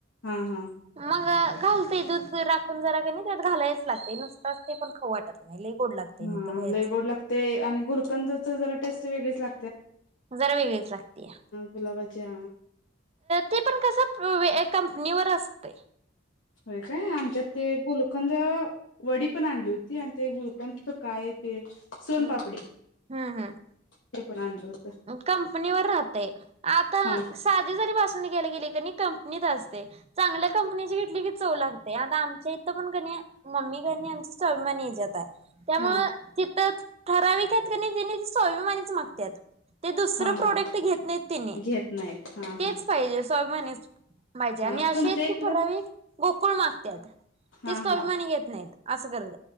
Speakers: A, on the left; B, on the right.
A: हा हा
B: मंग घालते दूध राखून जरा कणी त्या घालायच लागतय नुसताच ते पण खाऊ वाटत नाही. लई गोड लागते
A: हा
B: मग ते बाहेरच
A: लय गोड लागतेय आणि गुलकंदच जरा टेस्ट वेगळीच लाग
B: जरा वेगळीच लागत्या
A: गुलाबाच्या
B: ते पण कस <unintelligible> कंपनीवर असतय.
A: होय काय आमच्यात ते गुलकंद वडी पण आणली होती आणि ते गुलकंद काय ते सोनपापडी
B: हम हम्म हम.
A: ते पण आणलं होतं
B: कंपनीवर राहतय आता
A: हा
B: साधी जरी बासुंदी घ्यायला गेली कणी कंपनीत अस चांगल्या कंपनीची घेतली की चव लागते आता आमच्या इथं पण कणी मम्मी कणी आमची स्वाभिमानी हीजाता हाय. त्यामुळे
A: हा
B: तिथंच ठराविक त्यात कणी तेनी स्वाभिमानीच मागत्यात. ते दुसरं
A: हा
B: प्रोडक्ट
A: हा
B: घेत नाहीत तेनी
A: घेत नाहीत हा
B: तेच
A: हा
B: पाहिजे स्वाभिमानीच पाहिजे
A: हा
B: आणि असे
A: तुमच्या
B: आहेत
A: इकडं
B: की ठराव गोकुळ मागत्यात
A: हा
B: ते स्वाभिमानी
A: हा
B: घेत नाहीत. अआसं कर